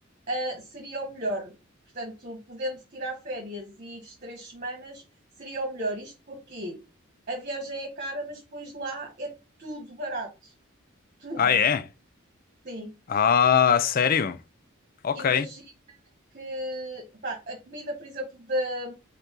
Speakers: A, on the right; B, on the left.
A: eh, seria o melhor. Portanto, podendo tirar férias e ir 3 semanas seria o melhor. Isto porque a viagem é cara, mas depois lá é tudo barato. Tudo.
B: Ah, é?
A: Sim.
B: Ah, sério? Ok.
A: imagina que pá, a comida, por exemplo, da-